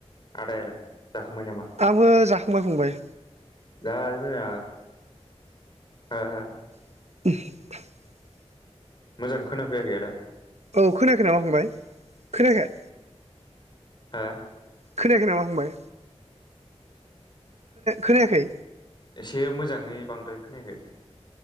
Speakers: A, on the left (about 40°); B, on the right (about 75°).
A: आदायालाय जाखांबाय नामा
B: आंबो जाखांबाय फंबाय
A: <unintelligible>
B: <inaudible>
A: मोजां खोनाफैयाखै आदा
B: औ खोनायाखै नामा फंबाय खोनायाखै?
A: हा।
B: खोनायाखै नामा फंबाय खोनायाखै?
A: एसे मोजाङै बांद्राय खोनायाखै